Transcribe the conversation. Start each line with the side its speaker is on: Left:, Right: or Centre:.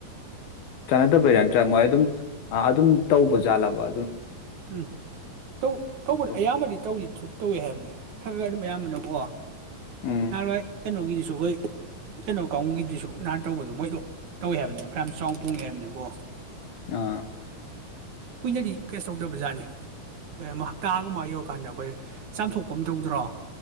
Left: ꯆꯅꯥꯗꯕꯩꯔ ꯃꯣꯏ ꯑꯗꯨꯝ ꯑꯗꯨꯝ ꯇꯧꯕꯖꯥꯠꯂꯕ
Right: ꯎꯝ ꯇꯧ ꯇꯧꯕ
Left: ꯇꯧ
Right: ꯑꯌꯥꯝꯕꯗꯤ ꯇꯧꯏ ꯇꯧꯋꯦ ꯍꯥꯏꯕꯅꯤ ꯈꯔ ꯈꯔ ꯑꯗꯨꯝ ꯑꯌꯥꯝꯕꯅꯀꯣ
Left: ꯎꯝ
Right: ꯅꯍꯜꯋꯥꯏ ꯀꯩꯅꯣꯒꯤꯗꯨꯁꯨ <unintelligible> ꯀꯩꯅꯣ ꯀꯥꯡꯕꯨꯨꯒꯤꯗꯨꯁꯨ ꯅꯍꯥꯟ ꯇꯧꯕꯗꯣ ꯃꯣꯏꯗꯣ ꯇꯧꯋꯦ ꯍꯥꯏꯕꯅꯦ <unintelligible> ꯌꯥꯝ ꯆꯥꯎ ꯄꯣꯡꯉꯦ ꯍꯥꯏꯕꯅꯤꯀꯣ
Left: ꯑꯥ
Right: ꯀꯨꯏꯅꯗꯤ ꯀꯩꯁ ꯇꯧꯗꯝ ꯕꯖꯥꯔꯅꯤ ꯍꯞꯇꯥꯒꯨꯝꯕ ꯌꯧꯔꯀꯥꯟꯗ ꯑꯈꯣꯏ ꯆꯥꯝꯊꯣꯛꯄ ꯑꯃ ꯇꯧꯗ꯭ꯔꯣ